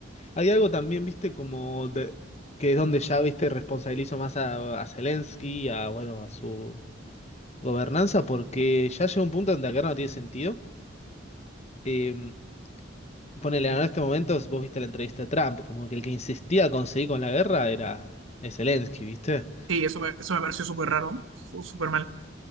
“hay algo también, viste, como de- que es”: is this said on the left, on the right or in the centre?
Left